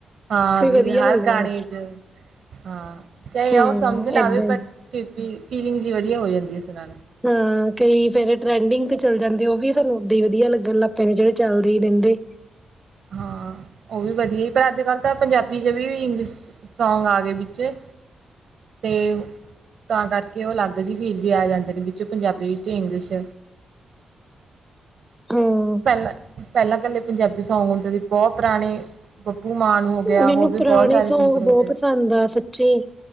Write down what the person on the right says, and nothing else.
ਹਾਂ ਵੀ
ਹਰ
ਗਾਣੇ
'ਚ ਹਾਂ ਚਾਹੇ
ਉਹ ਸਮਝ ਨਾ
ਆਵੇ ਬ ਫਿਰ ਵੀ ਫੀਲਿੰਗ ਜੀ ਵੱਧੀਆ ਹੋ ਜਾਂਦੀ ਹੈ ਇਸ ਨਾਲ
ਹਾਂ ਉਹ ਵੀ ਵੱਧੀਆ ਹੀ ਪਰ ਅੱਜ ਕੱਲ੍ਹ ਤਾਂ ਪੰਜਾਬੀ 'ਚ ਵੀ ਇੰਗਲਸ਼ ਸੌਂਗ ਆ ਗਏ ਵਿੱਚੇ ਤੇ ਤਾਂ ਕਰਕੇ ਉਹ ਅਲੱਗ ਜਿਹੇ ਫੀਲ ਵੀ ਆ ਜਾਂਦੇ ਨੇ ਵਿੱਚੋਂ ਪੰਜਾਬੀ ਵਿੱਚ ਇੰਗਲਿਸ਼
ਪਹਿਲਾਂ-ਪਹਿਲਾਂ-ਪਹਿਲਾਂ ਪੰਜਾਬੀ ਸੌਂਗ ਹੁੰਦੇ ਸੀ ਬਹੁਤ ਪੁਰਾਣੇ ਬੱਬੂ ਮਾਨ ਹੋ ਗਿਆ
ਹੋਰ ਵੀ
ਬਹੁਤ ਸਾਰੇ
ਸਿੰਗਰ ਹੋ
ਗਏ